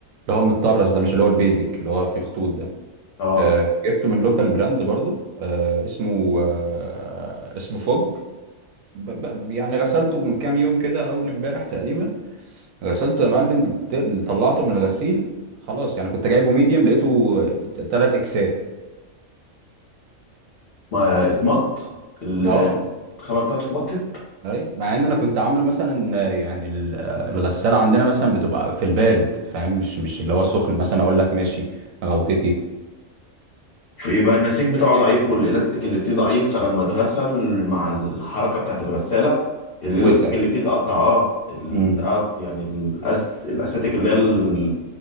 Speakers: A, on the right (about 80°); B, on the left (about 50°).
A: هو متطرز ده مش اللي هو البيزك اللي هو فيه خطوط ده
B: اه
A: آه، جبته من لوكال براند برضو آه، اسمه آه، اسمه فوج ب- ب- يعني غسلته من كام يوم كده اول امبارح تقريبا غسلته يا معلم ت- طلعته من الغسيل خلاص يعني كنت جايبه ميديم لقيته تلات اكسات
B: ما اتمط ال-
A: اه
B: الخامة بتاعته اتمطت
A: ايوه مع ان انا كنت عامله مثلا آه، يعني ال- آه، الغساله عندنا مثلا بتبقى في البارد فاهم مش مش اللي هو سخن مثلا اقول لك ماشي غلطتي
B: فيبقى النسيج بتاعه ضعيف والالاستيك اللي فيه ضعيف فلما اتغسل مع الحركة بتاعت الغسالة الالاستيك
A: وسع
B: اللي فيه اتقطع اه ال-
A: امم
B: اتقط- يعني الأس... الاساتيك اللي هي ال-